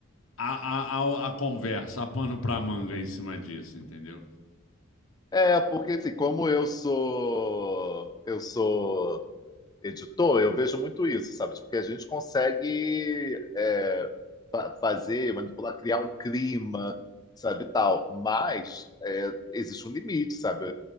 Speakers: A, on the left (about 70°); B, on the left (about 20°).
A: a, a, a conversa, a pano pra manga em cima disso, entendeu?
B: É, porque assim, como eu sou eu sou editor, eu vejo muito isso, sabe? porque a gente consegue é, fa- fazer, manipular, criar um clima, sabe, tal. Mas é, existe um limite, sabe?